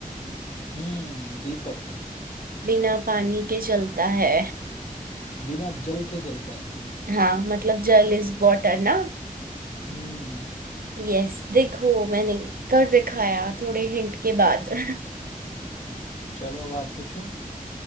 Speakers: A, on the left (about 50°); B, on the right (about 85°).
A: हम्म दीपक
B: बिना पानी के जलता है
A: बिना जल के जलता है
B: हाँ मतलब जल इज वाटर ना
A: हम्म
B: यस देखो मैंने कर दिखाया थोड़े हिंट के बाद <laughs>
A: चलो अब आप पूछो